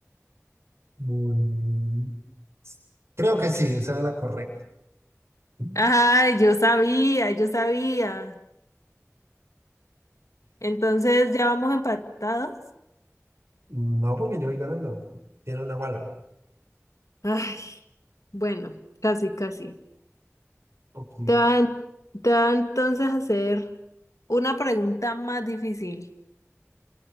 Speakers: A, on the right (about 55°); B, on the left (about 85°).
A: muy... Creo que sí, esa es la correcta. Mm,
B: Ay, yo sabía, yo sabía. Entonces, ¿ya vamos empatados?
A: No, porque yo voy ganando. Tiene una bala.
B: Ay, bueno, casi, casi.
A: Poquita.
B: Te van, te va entonces a hacer una pregunta más difícil.